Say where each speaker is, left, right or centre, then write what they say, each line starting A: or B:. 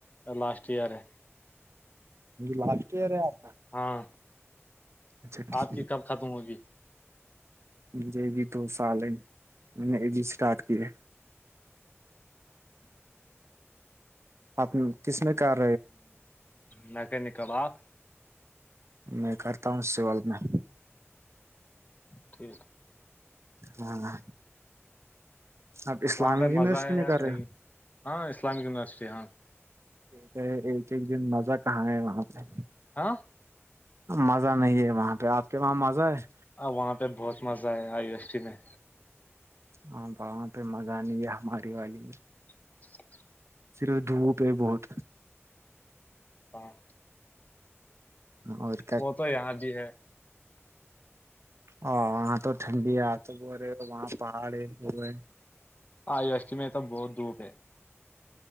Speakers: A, on the left; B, on the right.
A: لاسٹ ایئر ہے
B: لاسٹ ایئر ہے آ
A: ہاں
B: اچھاٹیک
A: آپ کی کب ختم ہوگی
B: مے بھی دو سال ہیں میں نے یہ بھی اسٹارٹ کیا آپ کس میں کار
A: میں کہ نکل آپ
B: میں کرتا ہوں سول میں
A: ٹھیک
B: ہاں آپ اسلام
A: وہاں پہ
B: یورسٹی
A: مزہ ہے
B: میں
A: یا
B: کرا
A: نہیں
B: رہے ہیں
A: ہاں اسلامم یونیورسٹی ہاں
B: یہ ہے ایک ایک دن مزہ کہاں ہے وہاں پہ
A: ہاں
B: مزہ نہیں ہے وہاں پہ آپ کے وہاں مزہ ہے
A: اب وہاں پہ بہت مزہ آ ہے آئیو ایس ٹی میں
B: ہاں وہاں پہ مزہ نہیں ہے ہماری دیوالی میں
A: <unintelligible>
B: صرف دھوپ ہے بہت
A: ہاں
B: اور
A: وہ تو یہاں بھی ہے
B: ا وہاں تو ٹھنڈی آ تو ب رہے وہاں پہاڑ ہے وہ ہے
A: آئیو اشٹم تو بہت دھوپ ہے